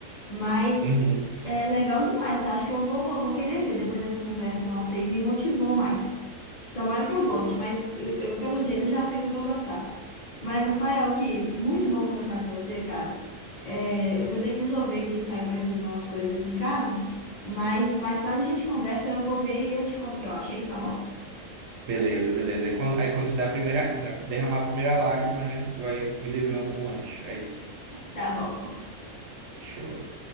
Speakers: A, on the left; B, on the right.
A: Mas
B: Uhum.
A: é legal demais. Acho que eu vou, vou querer ver depois dessa conversa nossa aí. Me motivou mais. Tomara que eu
B: Show.
A: goste, mas eu, eu, pelo jeito eu já sei que eu vou gostar. Mas, Rafael, que muito bom conversar com você, cara. É, eu vou ter que resolver aqui, sair para resolver umas coisas aqui em casa. Mas mais tarde a gente conversa, eu vou ver e eu te conto o que eu achei, tá bom?
B: Beleza, beleza. Aí quando, aí quando tu der a primeira, derramar a primeira lágrima, né? Tu vai me dever um, um lanche. É isso.
A: Tá bom.
B: Show.